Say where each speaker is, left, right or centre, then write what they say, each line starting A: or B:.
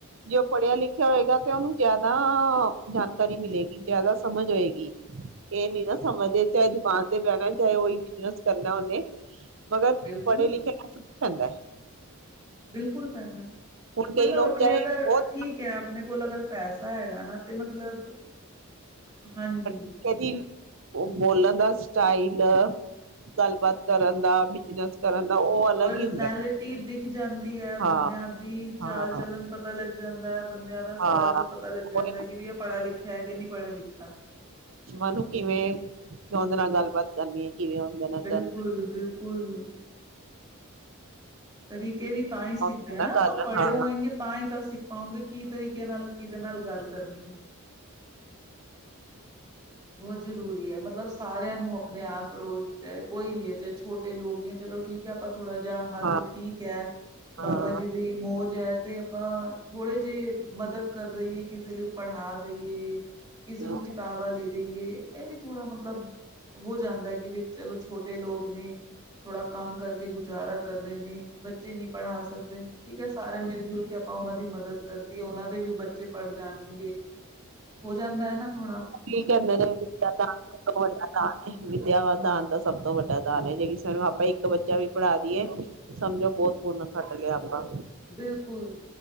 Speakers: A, on the right; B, on the right.
A: ਜੇ ਉਹ ਪੜ੍ਹਿਆ ਲਿਖਿਆ ਹੋਏਗਾ ਤੇ ਉਹਨੂੰ ਜ਼ਿਆਦਾ ਜਾਣਕਾਰੀ ਮਿਲੇਗੀ ਜਿਆਦਾ ਸਮਝ ਹੋਏਗੀ ਇਹ ਨੀ ਨਾ ਸਮਝ ਦੇ ਚਾਹੇ ਦੁਕਾਨ ਤੇ ਬਹਿਣਾ ਚਾਹੇ ਉਹੀ ਬਿਜਨਸ ਕਰਨਾ ਉਹਨੇ ਮਗਰ
B: ਬਿਲਕੁਲ
A: ਪੜ੍ਹੇ ਲਿਖੇ ਜਾਂਦਾ
B: ਬਿਲਕੁਲ ਪੈਂਦਾ,
A: ਹੁਣ ਕਈ
B: ਮਤਲਬ
A: ਲੋਕ
B: ਆਪਣੇ
A: ਚਾਹੇ
B: ਅਗਰ
A: ਬਹੁਤ
B: ਠੀਕ ਹੈ ਆਪਣੇ ਕੋਲ ਅਗਰ ਪੈਸਾ ਹੈਗਾ ਨਾ ਤੇ ਮਤਲਬ, ਹਾਂਜੀ।
A: ਕਹਿੰਦੀ, ਉਹ ਬੋਲਣ ਦਾ ਸਟਾਈਲ ਨਾ ਗੱਲਬਾਤ ਕਰਨ ਦਾ ਬਿਜਨਸ ਕਰਨ ਦਾ ਉਹ ਅਲੱਗ
B: ਪਰਸਨੈਲਿਟੀ
A: ਹੀ ਹੁੰਦਾ
B: ਦਿਖ ਜਾਂਦੀ ਹੈ
A: ਹਾਂ
B: ਬੰਦਿਆਂ ਦੀ ਚਾਲ-
A: ਹਾਂ
B: ਚਲਣ ਪਤਾ ਲੱਗ ਜਾਂਦਾ ਹੈ ਬੰਦਿਆਂ ਦਾ
A: ਹਾਂ
B: ਸਾਰਾ ਕੁਛ ਪਤਾ ਲੱਗ
A: ਆਪਣੇ
B: ਜਾਂਦਾ ਕਿ ਵੀ ਇਹ ਪੜ੍ਹਿਆ ਲਿਖਿਆ ਹੈ ਕਿ ਨਹੀਂ ਪੜ੍ਹਿਆ- ਲਿਖਿਆ।
A: ਤੁੂੰ ਕਿਵੇਂ, ਕਿਉਂਦੇ ਨਾਲ ਗੱਲਬਾਤ ਕਰਨੀ ਹੈ। ਕਿਵੇਂ ਉਹਦੇ ਨਾਲ
B: ਬਿਲਕੁਲ
A: ਕਰ
B: -ਬਿਲਕੁਲ ਤਰੀਕੇ ਵੀ ਤਾਂ ਹੀ ਸਿੱਖਦੇ
A: ਹਮ
B: ਹ ਨਾ ਆਪਾਂ
A: ਗੱਲ
B: ਪੜ੍ਹੇ
A: ਹਾਂ ਹਾਂ
B: ਹੋਏਗੇ ਤਾਂ ਹੀ ਤਾਂ ਸਿੱਖ ਪਾਉਗੇ ਕੀ ਤਰੀਕੇ ਨਾਲ ਕਿਹਦੇ ਨਾਲ ਗੱਲ ਕਰਨੀ ਹੈ। ਬਹੁਤ ਜ਼ਰੂਰੀ ਹੈ ਮਤਲਬ ਸਾਰਿਆਂ ਨੂੰ ਆਪਣੇ ਆਸ ਪੜੋਸ ਚਾਹੇ ਕੋਈ ਵੀ ਹੈ ਚਾਹੇ ਛੋਟੇ ਲੋਕ ਗਏ ਚਲੋ ਠੀਕ ਹੈ ਆਪਾਂ ਥੋੜਾ ਜਿਹਾ, ਹੱਥ
A: ਹਾਂ
B: ਠੀਕ ਹੈ।
A: ਹਾਂ
B: ਬਾਬਾ ਜੀ ਦੀ ਮੌਜ। ਜੈ ਤੇ ਆਪਾਂ ਥੋੜੇ ਜੇ ਮਦਦ ਕਰ ਲਈਈਏ ਕਿਸੇ ਨੂੰ ਪੜ੍ਹਾ ਦੇਈਏ, ਕਿਸੇ
A: ਹਾਂ
B: ਨੂੰ ਕਿਤਾਬਾਂ ਲੈ ਦੀਏ। ਦੇਈਏ, ਇਹ ਵੀ ਥੋੜਾ ਮਤਲਬ ਹੋ ਜਾਂਦਾ ਕਿ ਵੀ ਚਲੋ ਛੋਟੇ ਲੋਕ ਨੇ, ਥੋੜਾ ਕੰਮ ਕਰਕੇ ਗੁਜ਼ਾਰਾ ਕਰ ਰਹੇ ਨੇ ਬੱਚੇ ਨਹੀਂ ਪੜ੍ਹਾ ਸਕਦੇ ਠੀਕ ਹੈ ਸਾਰੇ ਮਿਲ ਜੁਲ ਕੇ ਆਪਾਂ ਉਹਨਾਂ ਦੀ ਮਦਦ ਕਰਦੀਏ, ਉਹਨਾਂ ਦੇ ਵੀ ਬੱਚੇ ਪੜ੍ਹ ਜਾਣਗੇ ਹੋ ਜਾਂਦਾ ਹੈ ਨਾ ਥੋੜਾ
A: ਕੀ ਕਹਿੰਦੇ ਨੇ, ਵਿੱਦਿਆ ਦਾਨ ਸਭ ਤੋਂ ਵੱਡਾ ਦਾਨ ਹੈ ਵਿਦਿਆ ਦਾਨ ਦਾ ਸਭ ਤੋਂ ਵੱਡਾ ਦਾਨ ਹੈ ਜਿਹੜੀ ਚਲੋ ਆਪਾਂ ਇੱਕ ਬੱਚਾ ਵੀ ਪੜ੍ਹਾ ਦੀਏ ਸਮਝੋ ਬਹੁਤ ਪੁੰਨ ਖੱਟ ਲਿਆ। ਆਪਾਂ
B: ਬਿਲਕੁਲ